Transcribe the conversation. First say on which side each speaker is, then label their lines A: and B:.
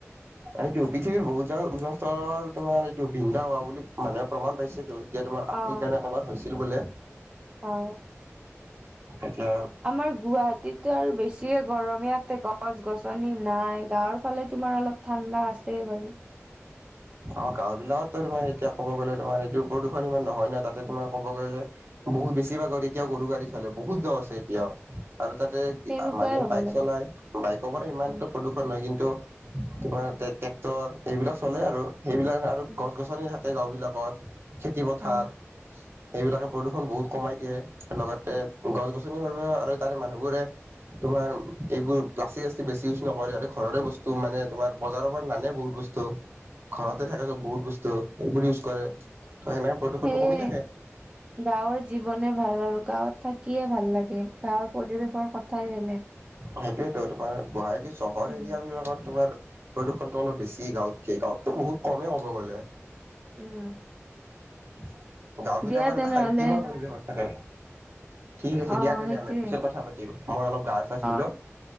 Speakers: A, on the right; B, on the right.
A: এইটো পৃথিৱীৰ বহুত জাগাত উজন স্তৰৰ তোমাৰ এইটো বিন্ধা হোৱা বুলি মানুহে প্ৰমাণ পাইছেটো। এতিয়া তোমাৰ আফ্ৰিকা
B: অ
A: নে ক'বাত হৈছিল বোলে।
B: অ
A: এতিয়া
B: আমাৰ গুৱাহাটীততো আৰু বেছিয়ে গৰমে গছ গছনি নাই গাঁৱৰ ফালে তোমাৰ অলপ ঠাণ্ডা আছে বাৰু।
A: অ গাঁও বিলাকততো তোমাৰ এতিয়া ক'ব গ'লে তোমাৰ এইটো প্ৰদূষণ ইমান নহয় নহ তাতে তোমাৰ ক'ব গ'লে বহুত বেছিভাগৰ এতিয়া গৰু গাড়ী চলে। বহুত গাও আছে এতিয়াও আৰু তাতে
B: তেনেকুৱাই
A: মানুহে
B: হ'ব
A: বাইক
B: লাগে
A: চলাই বাইকৰ পৰা ইমানটো
B: উম
A: প্ৰদূষণ নহয় কিন্তু তোমাৰ ট্ৰেক্টৰ এইবিলাক চলে আৰু। সেইবিলাক আৰু
B: উম
A: গছ গছনি থাকে। সেই গাঁওবিলাকত খেতি পথাৰ
B: অ
A: সেইবিলাকে প্ৰদূষণ বহুত কমাই দিয়ে লগতে গছ গছনিৰ আৰু তাৰে মানুহবোৰে তোমাৰ এইবোৰ প্লাষ্টিক চাষ্টিক বেছি ইউজ নকৰে আৰু ঘৰৰে বস্তু মানে তোমাৰ বজাৰৰ পৰা নানে বেছি বস্তু বহুত বস্তু ঘৰতে
B: উম
A: থাকেটো বহুত বস্তু সেইবোৰ ইউজ কৰে ত সেনেকে প্ৰদূষণটো
B: সেয়ে
A: কমি থাকে
B: গাঁৱৰ জীৱনে ভাল আৰু গাঁৱত থাকিয়ে ভাল লাগে। গাঁৱৰ পৰিৱেশৰ কথাই বেলেগ।
A: অ সেইটোৱেটো তোমাৰ বঢ়াই দি চহৰ
B: উম,
A: এৰিয়া বিলাকত তোমাৰ প্ৰদূষণটো অলপ বেছি গাঁৱতকে। গাঁৱততো বহুত কমেই ক'ব গ'লে।
B: উম।
A: <inaudible> গাও বিলাকৰ
B: দিয়া তেনেহ'লে
A: এটা শান্তিময় পৰিৱেশত থাকে। ঠিক আছে
B: অ',
A: দিয়া তেনেহ'লে
B: সেইটোৱে
A: পিছত কথা পাতিম। মই অলপ গা চা ধুই
B: অ।'
A: লওঁ